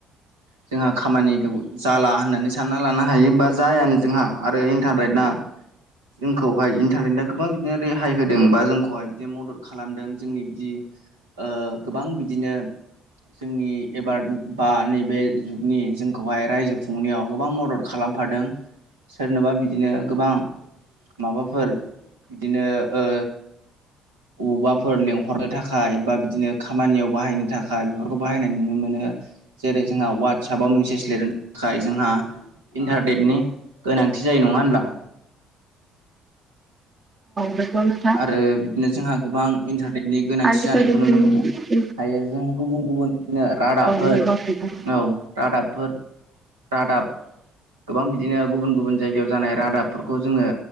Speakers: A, on the right; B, on the right.
A: जोंहा खामानिखौ जाला होननानै सानना लानो हायो बा जायानो जोंहा आरो इनथारनेट नाङा खौहाय इनथारनेटआ गोबां बिदिनो रेहाय होदों बा जोंखौहाय बिदिनो मदद खालामदों जोंनि बिदि ओ गोबां बिदिनो जोंनि एबार बा नैबे जुगनि जोंखौहाय रायजो खुंनायाव गोबां मदद खालाम फादों सोरनोबा बिदिनो गोबां माबाफोर बिदिनो ओ अबावबाफोर लेंहरनो थाखाय बा बिदिनो खामानियाव बाहायनो थाखाय बेफोरखौ बाहायनाय नुनो मोनो जेरै जोंहा वाटसाबाव मेसेज लिर थाखाय जोंहा इनथारनेटनि गोनांथि जायो नङा होनब्ला
B: नंगौ नोंथां
A: आरो बिदिनो जोंहा गोबां इनथारनेटनि गोनांथि
B: आजिखालि
A: जानायखौ नुनो
B: जोंनि
A: मोनो
B: औ
A: हायो जों गुबुन गुबुन बिदिनो रादाबफोर
B: नंगौ नोंथां
A: औ रादाबफोर रादाब गोबां बिदिनो गुबुन गुबुन जायगायाव जानाय रादाबफोरखौ जोङो